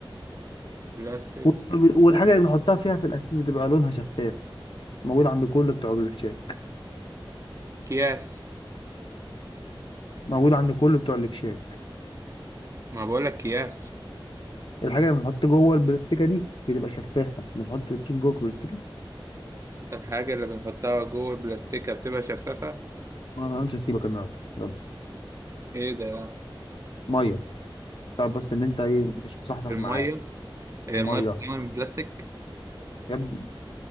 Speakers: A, on the right (about 35°); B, on the left (about 70°).
A: بلاستيك
B: وال- والحاجة اللي بنحطها فيها في الأساس بتبقى لونها شفاف موجود عند كل بتوع الكشاك
A: اكياس
B: موجود عند كل بتوع الكشاك
A: ما بقول لك اكياس
B: الحاجة اللي بنحط جوه البلاستيكة دي بتبقى شفافة بنحط الكيس جوه البلاستيكة
A: الحاجة اللي بنحطها جوه البلاستيكة بتبقى شفافة
B: أنا أنا مش هسيبك النهاردة يلا
A: ايه ده
B: مية تعرف بس ان انت ايه مش مصحصح
A: المية
B: معايا
A: هي
B: الميه
A: المية بتتعمل من بلاستيك
B: يا ابني